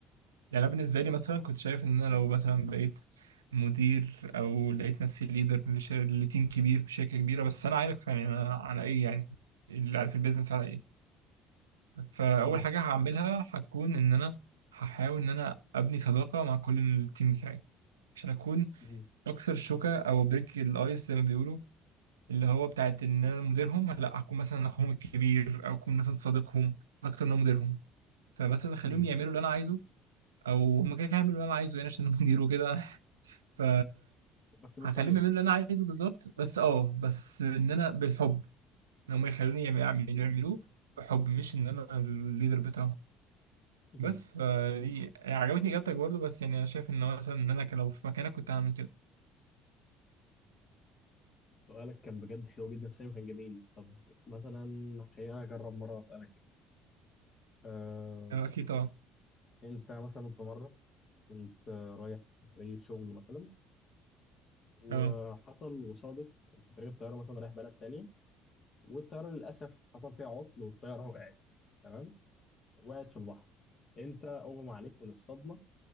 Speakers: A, on the right; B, on the left.
A: يعني أنا بالنسبة لي مثلا كنت شايف إن أنا لو مثلا بقيت مدير أو لقيت نفسي ليدر لتيم كبير في شركة كبيرة بس أنا عارف يعني أنا على إيه يعني اللي عارف البيزنس على إيه فاول
B: مم،
A: حاجه هعملها هتكون ان انا هحاول ان انا ابني صداقه مع كل التيم بتاعي عشان اكون
B: مم،
A: اكسر الشوكه او بريك الايس زي ما بيقولوا اللي هو بتاعت ان انا مديرهم لا هكون مثلا اخوهم الكبير او اكون مثلا صديقهم اكتر من أنا مديرهم فمثلا اخليهم
B: مم،
A: يعملوا اللي انا عايزه او هم كده كده هيعملوا اللي انا عايزه يعني عشان أنا مدير وكده <laughs> ف
B: بس بالطريقه
A: هخليهم يعملوا اللي انا عايزه بالظبط بس اه بس ان انا بالحب ان هم يخلوني يعمل- يعملوا يعملوه بحب مش ان انا الليدر بتاعهم
B: مم،
A: بس فدي يعني عجبتني اجابتك برضو بس يعني انا شايف ان مثلا ان انا ك- لو في مكانك كنت هعمل كده
B: سؤالك كان بجد حلو جدا السينما كان جميل طب مثلا خلينا أجرب مرة وأسألك أه
A: آه، اكيد طبعا
B: أنت مثلا في مرة كنت آه، رايح سفرية شغل مثلا وحصل
A: اه
B: وصادف إنك كنت راكب طيارة مثلا رايح بلد تانية والطيارة للأسف حصل فيها عطل والطيارة <laughs> وقعت تمام وقعت في البحر أنت أغمى عليك من الصدمة